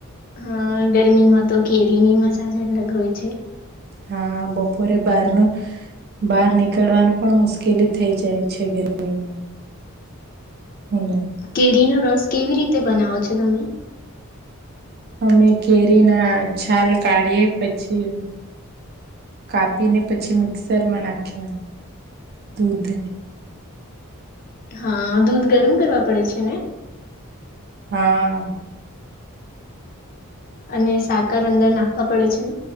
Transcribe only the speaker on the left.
હા ગરમીમાં તો કેરીની મજા જ અલગ હોય છે
કેરીનોો રસ કેવી રીતે બનાવો છો તમે
હા દૂધ ગરમ કરવા પડે છે ને
અને સાકર અંદર નાખવા પડે છે